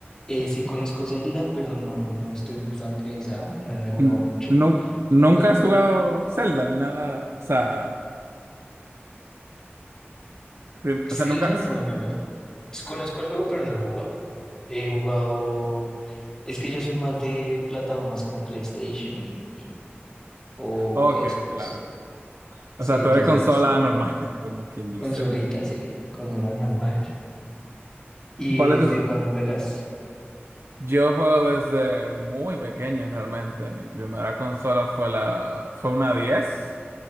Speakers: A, on the left; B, on the right.
A: Eh, sí conozco Zelda, pero no, no estoy muy familiarizado, no, no he jugado
B: N-
A: mucho.
B: nu- nunca
A: Eh,
B: has jugado Zelda ni nada. O sea, prim- o
A: Zelda
B: sea, nunca.
A: no, no lo, Pues, Conozco el juego, pero no lo he jugado. He jugado. Es que yo soy más de plataformas como PlayStation y- y- o
B: Ok,
A: Xbox.
B: claro.
A: Sí,
B: O sea,
A: entonces,
B: tú eres consola normal, <laughs> como quien dice.
A: consolita, sí, consola <laughs> normal. ¿Y
B: ¿Cuál es
A: desde
B: tu,
A: cuándo juegas?
B: Yo juego desde muy pequeño realmente. Mi primera consola fue la, fue una 10,